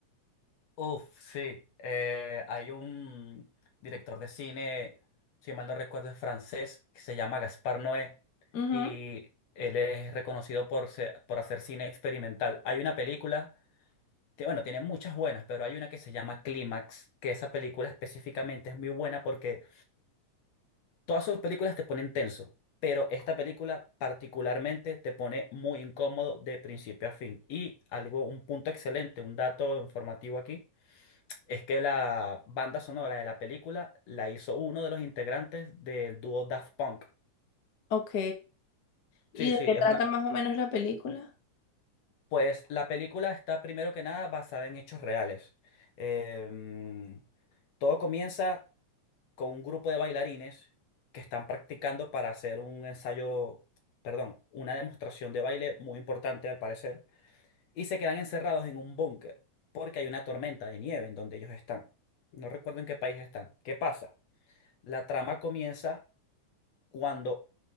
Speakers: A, on the left; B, on the left.
A: Uf, sí. eh, hay un director de cine, si mal no recuerdo, es francés, que se llama Gaspar Noé,
B: Ujú,
A: y él es reconocido por, se- por hacer cine experimental. Hay una película, que, bueno, tiene muchas buenas, pero hay una que se llama Clímax, que esa película específicamente es muy buena porque Todas sus películas te ponen tenso, pero esta película particularmente te pone muy incómodo de principio a fin. Y algo, un punto excelente, un dato informativo aquí, es que la banda sonora de la película la hizo uno de los integrantes del dúo Daft Punk.
B: Ok. ¿Y
A: Sí,
B: de
A: sí,
B: qué
A: es
B: trata
A: una...
B: más o menos la película?
A: Pues la película está primero que nada basada en hechos reales. Em, todo comienza con un grupo de bailarines que están practicando para hacer un ensayo, perdón, una demostración de baile muy importante al parecer, y se quedan encerrados en un búnker porque hay una tormenta de nieve en donde ellos están. No recuerdo en qué país están. ¿Qué pasa? La trama comienza cuando